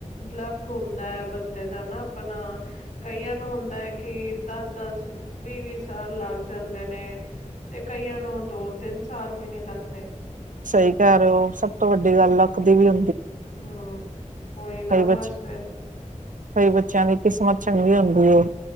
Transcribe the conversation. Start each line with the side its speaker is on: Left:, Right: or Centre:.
Left: ਲੱਕ ਹੁੰਦਾ ਹੈ। ਬੰਦੇ ਦਾ ਨਾ ਆਪਣਾ ਕਈਆਂ ਨੂੰ ਹੁੰਦਾ ਹੈ ਕਿ ਦਸ-ਦਸ ਵੀਹ-ਵੀਹ ਸਾਲ ਲ ਲੱਗ ਜਾਂਦੇ ਨੇ ਤੇ ਕਈਆਂ ਨੂੰ ਦੋ-ਤਿੰਨ ਸਾਲ ਵੀ ਨੀ ਲੱਗਦੇ।
Right: ਸਹੀ ਕਹਿ ਰਹੇ ਹੋ ਸਭ ਤੋਂ ਵੱਡੀ ਗੱਲ ਲੱਕਦੀ ਵੀ ਹ
Left: ਹੂੰ। ਕੋਈ ਨਾ
Right: ਬੱਚੇ
Left: ਬਸ ਫੇਿਰ।
Right: ਕਈ ਬੱਚਿਆਂ ਦੀ ਕਿਸਮਤ ਚੰਗੀ ਹੁੰਦੀ ਏ।